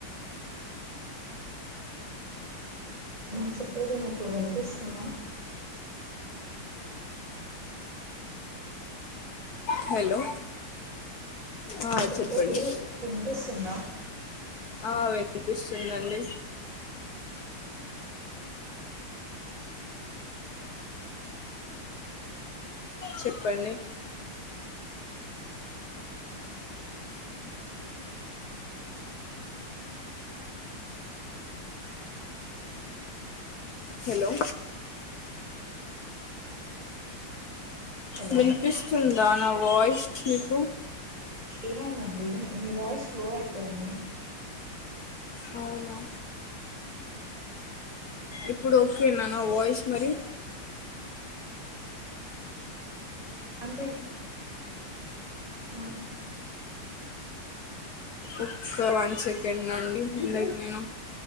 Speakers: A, on the right (about 15°); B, on the left (about 60°).
A: నేను చెప్పేది మీకు వినిపిస్తుందా
B: హలో ఆ,
A: నేను చెప్పేది
B: చెప్పండి
A: వినిపిస్తుందా
B: ఆ వినిపిస్తుందండి చెప్పండి హలో
A: హలో
B: వినిపిస్తుందా నా వాయిస్ మీకు
A: ఏమైందండి మీ వాయిస్ స్లో అయిపోయింది
B: అవునా ఇప్పుడు ఓకేనా నా వాయిస్ మరి
A: అంటే ఆ
B: ఒక వన్ సెకండ్ అండి ఇందాక నేను